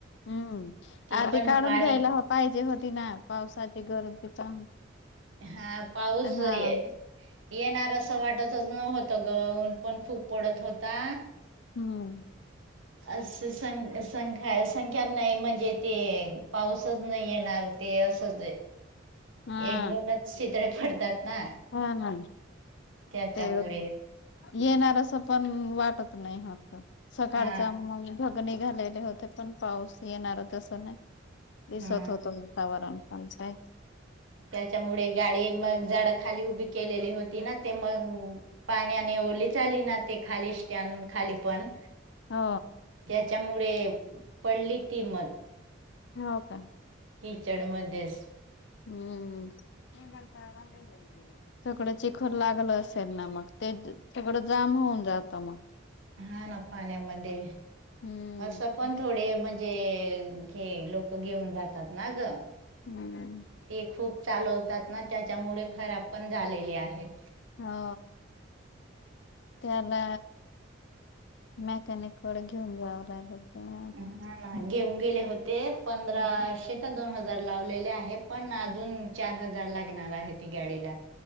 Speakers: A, on the left; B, on the right.
A: हम्म
B: ती
A: आधी
B: पण
A: काढून
B: पाणी
A: घ्यायला पाहिजे होती ना पावसाची <unintelligible>
B: हा पाऊस
A: हा
B: आहे येणार असं वाटतच नवत <unintelligible> त गऊन पण खूप पडत <unintelligible> होता
A: हम्म
B: अस सं संख्या संख्या नाही म्हणजे ते पाऊसच नाही येणार <unintelligible> ते असंच
A: हा
B: एक दोनच शितळे पडतात ना
A: हा ना
B: त्याच्यामुळे
A: ते येणार अस पण वाटत नाही होत सकाळच्या
B: हा
A: म भगणी झालेले होते पण पाऊस येणार तसं नाही दिसत
B: हा
A: होत वातावरण पमचय <unintelligible>
B: त्याच्यामुळे गाडी मग झाड खाली उभी केलेली होती ना ते मग पाण्याने ओरली झाली ना ते खाली स्टँन खाली पण
A: हा
B: त्याच्यामुळे पडली ती मग
A: ह हो का
B: किचड मध्येच
A: हम्म <unintelligible> सगडं चिखल लागलं असेल ना मग ते सगडं जाम हो होन जात मग
B: हा ना पाण्यामध्ये
A: हम्म.
B: असं पण थोडे म्हणजे लोक घेऊन जातात ना ग
A: हम्म
B: ते खूप चालवतात ना त्याच्यामुळे खराब पण झालेली आहे
A: हा त्याला मॅकॅनिककडे घेऊन जावं लागेल. तेव्हा आता.
B: ह ना घेऊन गेले होते पंधराशेे ते दोन हजार जार लावलेले आहे पण अजून चार हजार लागणार आहेत गाडीला